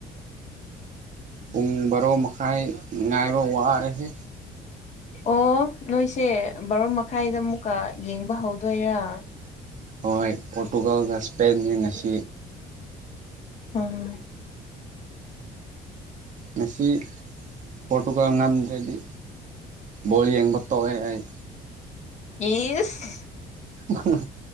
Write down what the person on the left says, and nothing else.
ꯑꯣ ꯅꯣꯏꯁꯦ ꯕꯥꯔꯣ ꯃꯈꯥꯏꯗ ꯑꯃꯨꯛꯀ ꯌꯦꯡꯕ ꯍꯧꯗꯣꯏꯔꯥ
ꯎꯝ
ꯏꯁ